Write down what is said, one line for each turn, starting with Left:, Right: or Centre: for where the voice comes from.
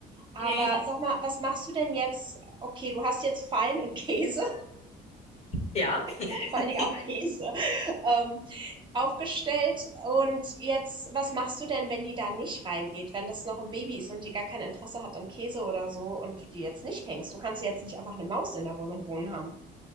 Right: Aber
Left: Nee,
Right: sag mal, was machst du denn jetzt? Okay, du hast jetzt Fallen und <laughs> Käse.
Left: ja.
Right: <laughs> vor allen
Left: <laughs>
Right: Dingen auch Käse, ähm, aufgestellt. Und jetzt, was machst du denn, wenn die da nicht reingeht, wenn das noch ein Baby ist und die gar kein Interesse hat an Käse oder so und du die jetzt nicht fängst? Du kannst ja jetzt nicht einfach eine Maus in der Wohnung wohnen haben.